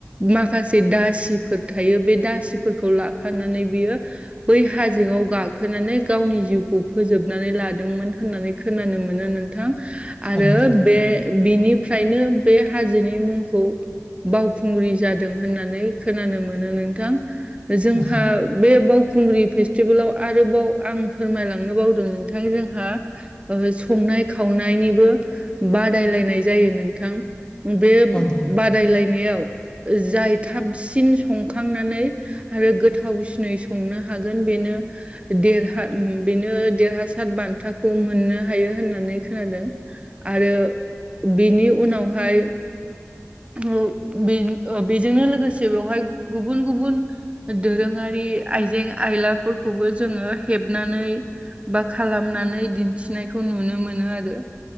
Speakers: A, on the right; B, on the left.
A: माखासे दासिफोर थायो बे दासिफोरखौ लाफानानै बियो बै हाजोआव गाखोनानै गावनि जिउखौ फोजोबनानै लादोंमोन होननानै खोनानो मोनो नों नोंथां आरो
B: औ नोंथां औ
A: बे बिनिफ्रायनो बे हाजोनि मुंखौ बावखुंग्रि जादों होननानै खोनानो मोनो नोंथां जोंहा
B: नोंथां
A: बे बावखुंग्रि फेस्टिभेलाव आरोबाव आं फोरमायलांनो बावदों नोंथां जोंहा ओ संनाय खावनायनिबो बादायलायनाय जायो नोंथां बे
B: औ
A: बादायलायनायाव जाय थाबसिन संखांनानै। आरो गोथावसिनै संनो हागोन बेनो देरहा बेनो देरहासाद बान्थाखौ मोननो हायो होननानै खोनादों। आरो बेनि उनावहाय ओ बे बेजोंनो लोगोसे बेवहाय गुबुन-गुबुन दोरोङारि आइजें आयलाफोरखौबो जोङो हेबनानै। बा खालामनानै दिन्थिनायखौ नुनो मोनो आरो।